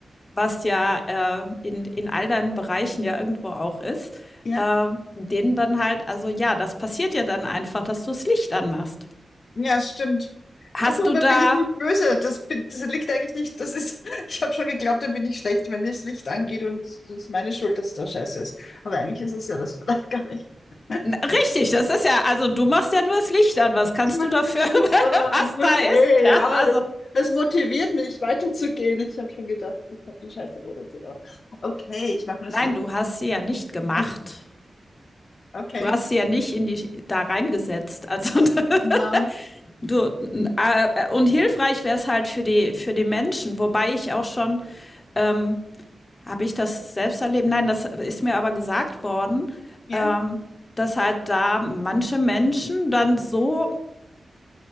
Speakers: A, on the left (about 30°); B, on the left (about 55°).
A: was ja äh, in, in all deinen Bereichen ja irgendwo auch ist,
B: ja,
A: äh, denen dann halt, also ja, das passiert ja dann einfach, dass du das Licht anmachst.
B: ja, stimmt.
A: Hast
B: Also, und
A: du
B: da
A: da.
B: bin ich nicht böse. Das, bin, das liegt eigentlich nicht. Das ist, <laughs> ich habe schon geglaubt, da bin ich schlecht, wenn das Licht angeht und es ist meine Schuld, dass da Scheiße ist. Aber eigentlich ist es ja das vielleicht gar nicht. <laughs>
A: Na, richtig, das ist ja, also du machst ja nur das Licht an. Was kannst
B: Ich mach
A: du dafür,
B: das Licht
A: <laughs>
B: an.
A: was
B: Okay,
A: da ist? Ja,
B: ja,
A: also.
B: das, das motiviert mich, weiterzugehen. Ich habe schon gedacht, ich habe die Scheiße produziert. Okay, ich mache nur
A: Nein,
B: das Licht.
A: du hast sie ja nicht gemacht.
B: Also, okay.
A: Du hast sie ja nicht in die da reingesetzt. Also
B: Mann,
A: <laughs> du äh, und hilfreich wäre es halt für die für die Menschen, wobei ich auch schon ähm, Habe ich das selbst erlebt? Nein, das ist mir aber gesagt worden,
B: ja.
A: ähm, dass halt da manche Menschen dann so